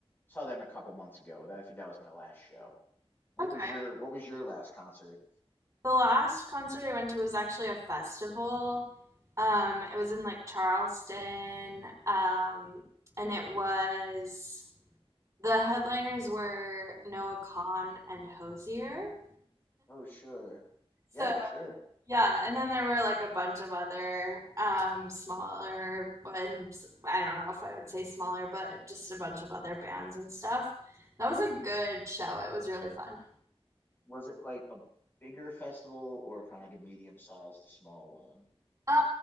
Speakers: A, on the left; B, on the right.
A: saw them a couple months ago. That- I think that was my last show. What
B: Okay.
A: was your what was your last concert?
B: The last concert I went to was actually a festival. Um, it was in like Charleston, um, and it was the headliners were Noah Kahn and Hosier.
A: Oh, sure.
B: So
A: Yeah, sure.
B: yeah, and then there were like a bunch of other um, smaller ones. I don't know if I would say smaller, but just a bunch of other bands and stuff. That was a good show. It was really fun.
A: Was it like a bigger festival or kind of like a medium sized to small one?
B: Um,